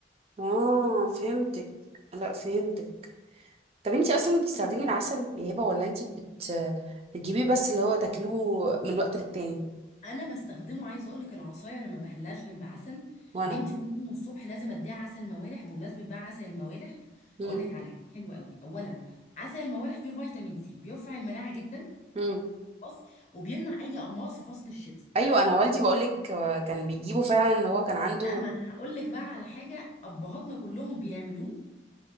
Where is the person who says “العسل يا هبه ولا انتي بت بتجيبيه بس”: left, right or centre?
Right